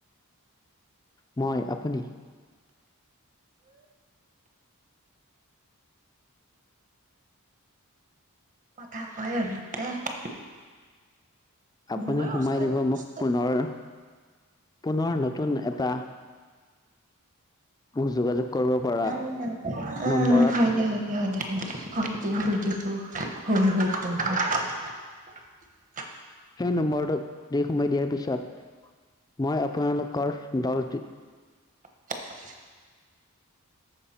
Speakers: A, on the left; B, on the right.
A: মই আপুনি
B: কথা কয় আৰু <unintelligible>
A: আপুনি
B: মইয়ে
A: সোমাই
B: উস্তাদি
A: দিব মোক
B: উস্তাদি
A: পুনৰ পুনৰ নতুন এটা। মোক যোগাযোগ কৰিব পাৰা
B: উম উম।
A: নম্বৰত।
B: <unintelligible> হয় হয়। <unintelligible>
A: সেই নম্বৰটো <unintelligible> সোমাই দিয়াৰ পিছত মই আপোনালোকৰ দলটিক
B: <inaudible>